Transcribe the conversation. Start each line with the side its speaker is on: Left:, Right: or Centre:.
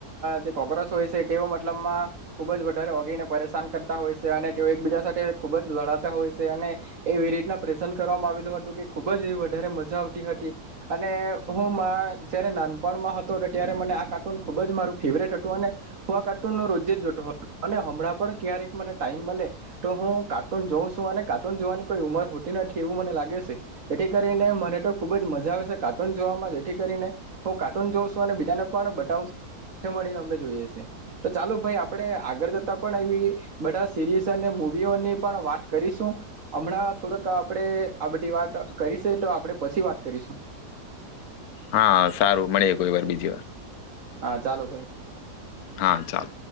Right: જે કોક્રોચ હોય છે તેઓ મતલબમાં ખૂબ જ વધારે ઓગીને પરેશાન કરતા હોય છે અને તેઓ એકબીજા સાથે ખૂબ જ લડાતા હોય છે અને, એવી રીતના પ્રેઝ કરવામાં આવેલું હતું કે ખૂબ જ એવી વધારે મજા આવતી હતી અને હું જ્યારે નાનપણમાં હતો હતો ત્યારે મને આ કાર્ટૂન ખૂબ જ મારું ફેવરેટ હતું અને, હું આ કાર્ટૂનનો રોજે જ જોટતો હતો અને હમણાં પણ ક્યારેક મને ટાઈમ મળે, તો હું કાર્ટૂન જોઉં છું અને કાર્ટૂન જોવાની કોઈ ઉંમર હોતી નથી એવું મને લાગે છે, એથી કરીને મને તો ખૂબ જ મજા આવે છે કાર્ટૂન જોવામાં જ જેથી કરીને હું કાર્ટૂન જોઉ છું અને બીજાને પણ બતાવશ મળીને અમે જોઈએ છે, તો ચાલો ભાઈ આપણે આગળ જતા પણ એ બધા સીરીઝ અને મવીઓની પણ વાત કરીશું હમણાં થોડક આપણે આ બધી વાત કરી છે તો આપણે પછી વાત કરીશું.
Left: હા સારું મળી કોઈ વાર બીજી વાર.
Right: હા ચાલો ભાઈ.
Left: હા ચાલ.